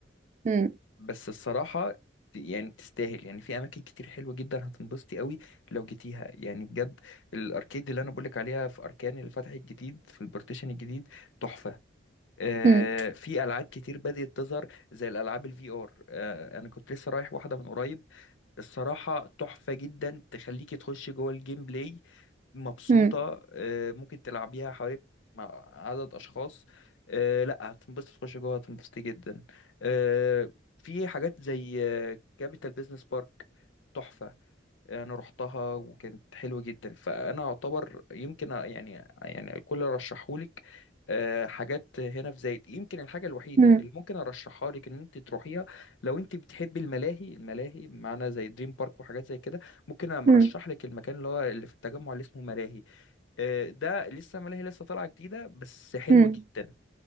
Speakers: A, on the right; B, on the left.
A: امم
B: بس الصراحة ت- يعني تستاهل يعني في أماكن كتير حلوة جدا هتنبسطي قوي لو جيتيها يعني بجد الأركيد اللي أنا بقولك عليها في أركان اللي فتحت جديد في البارتيشن الجديد تحفة آه
A: امم
B: في ألعاب كتير بدأت تظهر زي الألعاب الفي آر آه أنا كنت لسه رايح واحدة من قريب الصراحة تحفة جدا تخليكي تخشي جوه الجيم بلاي مبسوطة
A: امم
B: آه، ممكن تلعبيها حوالي مع عدد أشخاص آه، لا هتنبسط تخشي جوه هتنبسطي جدا آه، في حاجات زي كابيتال بيزنس بارك تحفة. انا رحتها وكانت حلوه جدا فانا اعتبر يمكن أ- يعني يعني الكل رشحهولك آه، حاجات هنا في زايد يمكن الحاجه الوحيده
A: امم
B: اللي ممكن ارشحها لك ان انت تروحيها لو انت بتحبي الملاهي الملاهي معنا زي دريم بارك وحاجات زي كده ممكن انا
A: امم
B: ارشح لك المكان اللي هو اللي في التجمع اللي اسمه ملاهي آه، ده لسه ملاهي لسه طالعه جديده بس حلوه
A: امم
B: جدا